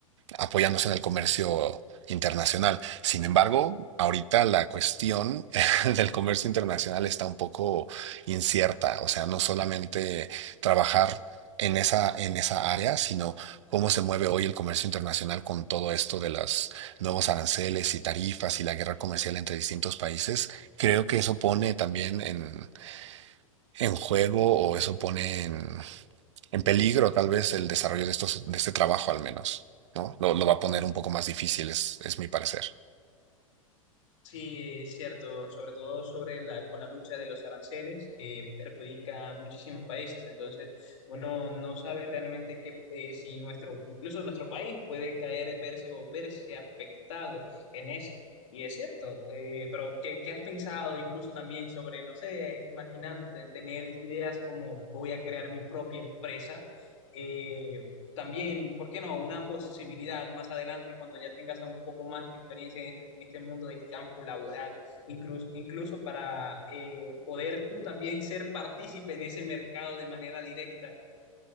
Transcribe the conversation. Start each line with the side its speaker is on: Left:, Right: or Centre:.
Right: apoyándose en el comercio internacional. Sin embargo, ahorita la cuestión <laughs> del comercio internacional está un poco incierta, o sea, no solamente trabajar en esa, en esa área, sino cómo se mueve hoy el comercio internacional con todo esto de los nuevos aranceles y tarifas y la guerra comercial entre distintos países. Creo que eso pone también en, en juego o eso pone en en peligro tal vez el desarrollo de estos, de este trabajo al menos, ¿no? Lo, lo va a poner un poco más difícil, es, es mi parecer.
Left: Sí, es cierto, sobre todo sobre la, con la lucha de los aranceles que perjudica a muchísimos países. Entonces, uno no sabe realmente que eh, si nuestro, incluso nuestro país puede caer, verse o verse afectado en esa. Y es cierto, eh, pero ¿qué, qué has pensado incluso también sobre, no sé, imaginándote tener ideas como voy a crear mi propia empresa? Eh, también, ¿por qué no? Una posibilidad más adelante cuando ya tengas un poco más de experiencia en este, en este mundo del campo laboral, incluso, incluso para eh, poder tú también ser partícipe en ese mercado de manera directa